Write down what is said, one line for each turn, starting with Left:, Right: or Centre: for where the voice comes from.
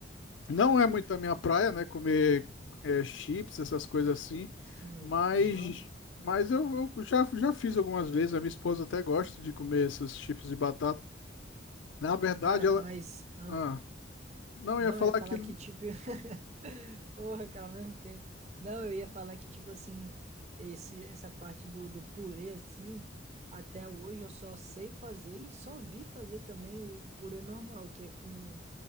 Left: Não é muito a minha praia, né? Comer é, chips, essas coisas assim.
Right: Sim,
Left: Mas,
Right: aham.
Left: mas eu, eu já, já fiz algumas vezes. A minha esposa até gosta de comer esses chips de batata. Na verdade,
Right: Cara,
Left: ela.
Right: mas. Ah,
Left: Ah, não,
Right: não,
Left: eu ia falar
Right: eu ia falar
Left: que.
Right: que tipo. <laughs> Porra, cara, ao mesmo tempo. Não, eu ia falar que tipo assim. Esse, essa parte do, do purê assim. Até hoje eu só sei fazer e só vi fazer também o o purê normal, que é com